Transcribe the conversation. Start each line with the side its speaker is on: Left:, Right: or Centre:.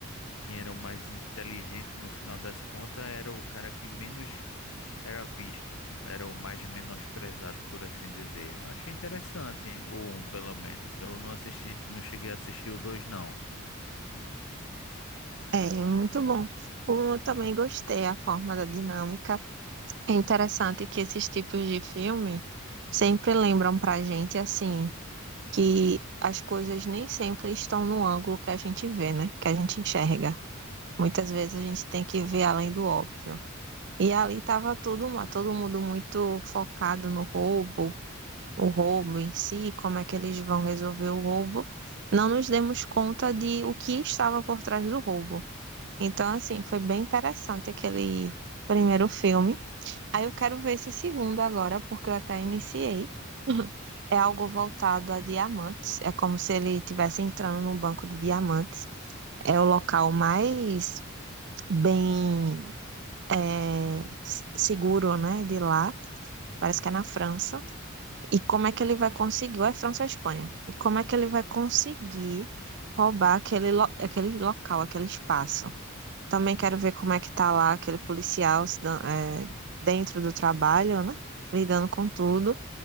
Left: quem era o mais inteligente no final das contas era o cara que menos Era visto, era o mais menosprezado, por assim dizer. Eu achei interessante, o um pelo menos. Eu não assisti, não cheguei a assistir o dois não.
Right: É, muito bom. Um, eu também gostei a forma da dinâmica. É interessante que esses tipos de filme sempre lembram pra gente, assim, que as coisas nem sempre estão no ângulo que a gente vê, né? Que a gente enxerga. Muitas vezes a gente tem que ver além do óbvio. E ali tava tudo, uma- todo mundo muito focado no roubo, o roubo em si, como é que eles vão resolver o roubo. Não nos demos conta de o que estava por trás do roubo. Então, assim, foi bem interessante aquele primeiro filme. Aí eu quero ver esse segundo agora, porque eu até iniciei. É algo voltado a diamantes. É como se ele estivesse entrando num banco de diamantes. É o local mais bem é, s- seguro, né, de lá. Parece que é na França. E como é que ele vai conseguir? Ou é França ou Espanha? E como é que ele vai conseguir roubar aquele, lo- aquele local, aquele espaço? Também quero ver como é que tá lá aquele policial se dan- é, dentro do trabalho, né? Lidando com tudo.